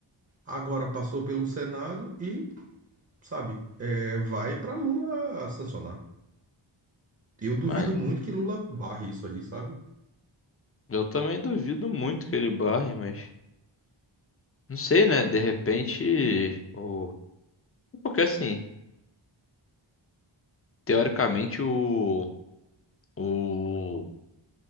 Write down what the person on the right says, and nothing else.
agora passou pelo Senado e, sabe, é, vai para Lula sancionar. Eu duvido
muito que Lula barre isso aí, sabe?